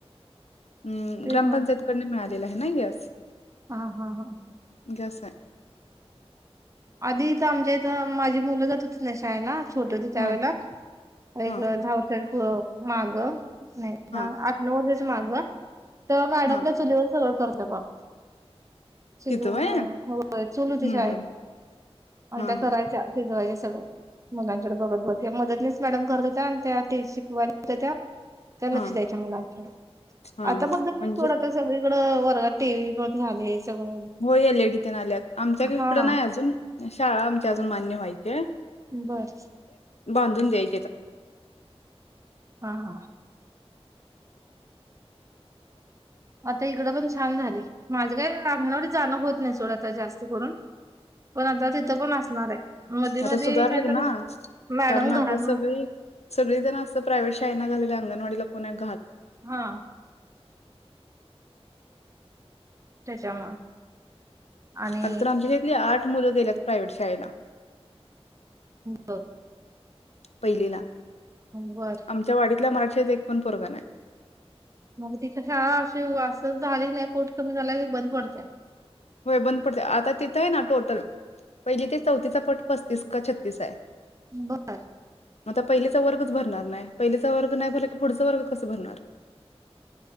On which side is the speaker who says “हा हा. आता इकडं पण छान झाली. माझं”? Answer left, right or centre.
Right